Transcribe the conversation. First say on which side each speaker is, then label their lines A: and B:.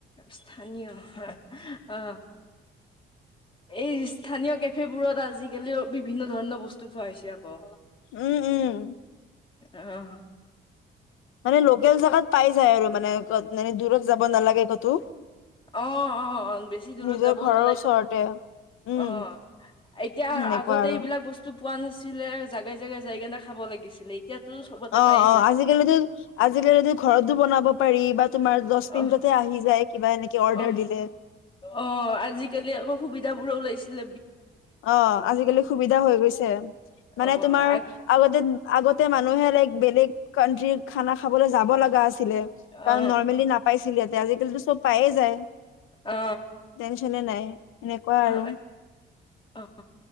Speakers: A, on the left; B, on the left.
A: স্থানীয় অ, এই স্থানীয় কেফে বোৰত আজিকালিও বিভিন্ন ধৰণৰ বস্তু পোৱা হৈছে আকৌ।
B: উম উম।
A: অ'।
B: মানে লোকেল জগাত পাই যায় আৰু। মানে এনে দূৰত যাব নালাগে ক'তো
A: অ অ বেছি দূৰত
B: নিজৰ
A: যাবও
B: ঘৰৰ
A: নালাগে
B: ওচৰতে উম
A: অ এতিয়া
B: সেনেকুৱা
A: আগতে
B: আৰু
A: এইবিলাক বস্তু পোৱা নাছিলে। জাই জেগাই জাইগা না খাব লাগিছিলে এতিয়াতো চবতে
B: অ
A: পায়ে
B: অ
A: যায়
B: আজিকালিতো আজিকালিতো ঘৰতো বনাব পাৰি বা তোমাৰ দহ মিনিটতে
A: অহ
B: আহি যায় কিবা এনেকে অৰ্ডাৰ
A: অ
B: দিলে
A: অ আজিকালি অকৌ সুবিধাবোৰো ওলাইছে। ল
B: অ', আজিকালি সুবিধা হৈ গৈছে মানে
A: অ
B: তোমাৰ
A: আগ
B: আগতে আগতে মানুহে লাইক বেলেগ কাণ্ট্ৰি খানা খাবলৈ যাব লগা আছে। ছিলে কাৰণ
A: অ
B: নৰ্মেলি নাপাইছিলে। তেজি টো চব পায়ে যায়
A: অ
B: টেনচনে নাই সেনেকুৱা আৰু।
A: অ অ,